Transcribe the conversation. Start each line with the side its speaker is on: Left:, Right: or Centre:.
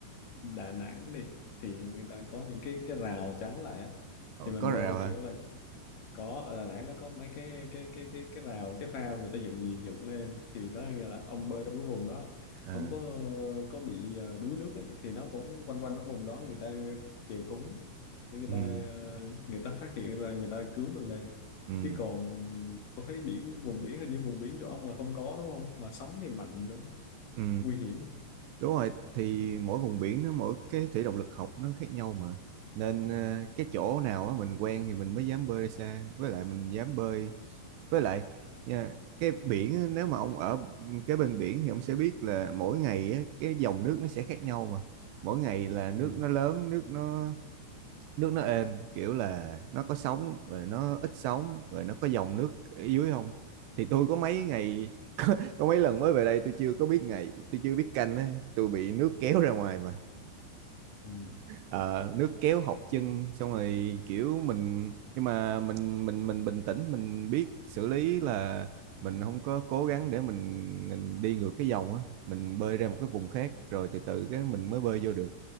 Left: Đà Nẵng đi thì người ta có những cái cái rào chắn lại á thì mình
Right: có
Left: bơi
Right: rào hả
Left: kiểu là có ở Đà Nẵng nó có mấy cái cái cái cái cái rào cái phao người ta dựng dựng lên thì nó nghĩa là ông bơi trong cái vùng đó
Right: à.
Left: ông có có bị ờ, đuối nước ấy, thì nó cũng quanh quanh cái vùng đó người ta chèo thúng để người
Right: ừ.
Left: ta người ta phát hiện ra người ta cứu mình lên
Right: Ừ.
Left: chứ còn tôi thấy biển vùng biển hình như vùng biển chỗ ông là không có đúng không mà sóng thì mạnh nữa
Right: Ừ.
Left: nguy hiểm
Right: Đúng rồi, thì mỗi vùng biển nó mỗi cái thủy động lực học nó khác nhau mà. Nên
Left: ừ.
Right: ờ, cái chỗ nào á mình quen thì mình mới dám bơi ra xa, với lại mình dám bơi. Với lại nha, cái biển á, nếu mà ông ở cái bên biển thì ông sẽ biết là mỗi ngày á, cái dòng nước nó sẽ khác nhau mà. Mỗi ngày là nước
Left: Ừ.
Right: nó lớn, nước nó nước nó êm kiểu là nó có sóng rồi nó ít sóng rồi nó có dòng nước ở dưới không thì tôi có mấy ngày <laughs> có, có mấy lần mới về đây tôi chưa có biết ngày tôi chưa biết canh á tôi bị nước kéo ra ngoài mà
Left: Ừ.
Right: Ờ, nước kéo học chân xong rồi kiểu mình nhưng mà mình mình mình bình tĩnh mình biết xử lý là mình không có cố gắng để mình, mình đi ngược cái dòng á mình bơi ra một cái vùng khác rồi từ từ cái mình mới bơi vô được